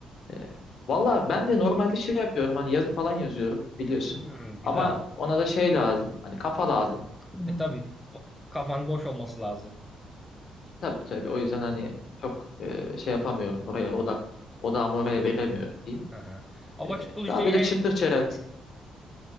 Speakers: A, on the left; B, in the centre.
A: e, valla ben de normalde şey yapıyorum hani yazı falan yazıyorum biliyorsun.
B: Hmm, güzel.
A: Ama ona da şey lazım hani kafa lazım.
B: E Hmm. tabii bo- kafan boş olması lazım.
A: E, tabii tabii o yüzden hani çok e, şey yapamıyorum oraya odak odağımı oraya veremiyorum diyeyim.
B: Hı hı. Ama
A: E,
B: vakit buldukça
A: daha
B: yine
A: böyle çıtır çerez